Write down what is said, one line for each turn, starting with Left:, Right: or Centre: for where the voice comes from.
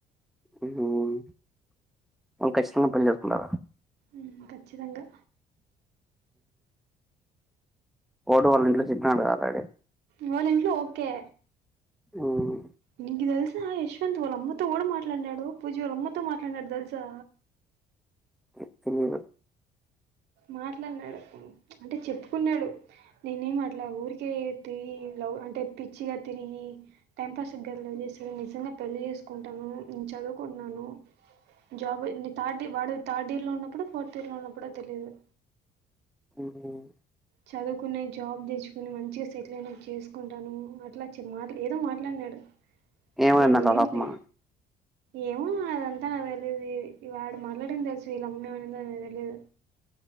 Centre: ఉహ్మ్ మా కష్టంవుంటుంది అట్లా
Right: ఉమ్ ఖచ్చితంగా
Centre: కోడు వాళ్ళ ఇంట్లో చెప్పినాడు ఆల్రెడీ
Right: వాళ్ళ ఇంట్లో ఓకే
Centre: ఉమ్
Right: నీకు తెలుసా యశ్వంత్ వాళ్ళమ్మతో కూడా మాట్లాడినాడు పూజ వాళ్ళమ్మతో మాట్లాడినాడు తెలుసా
Centre: ఎప్పుడు
Right: మాట్లాడినాడు అంటే చెప్పుకున్నాడు నేనే ఏం మాట్లా ఊరికే తి అంటే పిచ్చిగా తిరిగి టై పాస్ నిజంగా పెళ్లి చేసుకుంటాను చదువుకున్నాను జాబ్ న థర్డ్ వాడ థర్డ్ ఇయర్ లో ఉన్నప్పుడు ఫోర్త్ ఇయర్ లో ఉన్నప్పుడో తెలియదు
Centre: ఉమ్
Right: చదువుకునే జాబ్ తెచ్చుకుని మంచిగా సెటిల్ అయిన చేసుకుంటాను అట్లా చె మాట్ ఏదో మాట్లాడినాడు
Centre: ఏమన్న
Right: నేను లేనులే
Centre: కడపమా
Right: ఏమో అదంతా నాది తెలిదు వాడు మళ్లాడింది తెలుసు వీళ్ళ అమ్మేమనింద అ తెలిదు